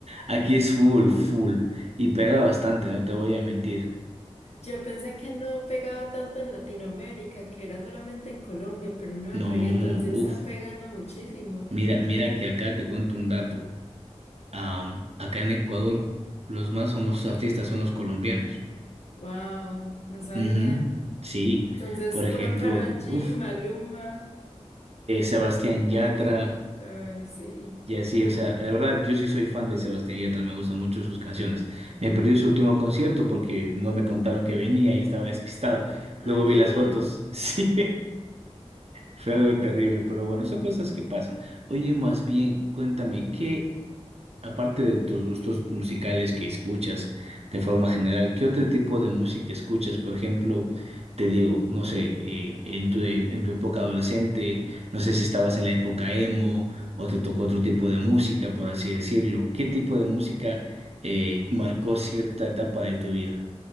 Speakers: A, on the right (about 60°); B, on the left (about 65°).
A: Aquí es full, full. Y pega bastante, no te voy a mentir.
B: Yo pensé que no pegaba tanto en Latinoamérica, que era solamente en Colombia, pero no,
A: No,
B: el reggaetón sí está
A: uff.
B: pegando muchísimo.
A: Mira, mira que acá te cuento un dato. Am, acá en Ecuador, los más famosos artistas son los colombianos.
B: Wow, no sabía.
A: Ujú, Sí,
B: Entonces,
A: por
B: puro
A: ejemplo,
B: Karol G,
A: uff,
B: Maluma.
A: Sebastián Yatra.
B: Ay, sí.
A: Y así, o sea, la verdad, yo sí soy fan de Sebastián Yatra, me gustan mucho sus canciones. Me perdí su último concierto porque no me contaron que venía y estaba despistado.
B: Ah,
A: Luego
B: qué
A: vi las
B: mal.
A: fotos, <laughs> sí. Fue algo terrible, pero bueno, son cosas que pasan. Oye, más bien, cuéntame, ¿qué Aparte de tus gustos musicales que escuchas de forma general, ¿qué otro tipo de música escuchas? Por ejemplo, te digo, no sé, eh, en tu, en tu época adolescente, no sé si estabas en la época emo o te tocó otro tipo de música, por así decirlo. ¿Qué tipo de música eh, marcó cierta etapa de tu vida?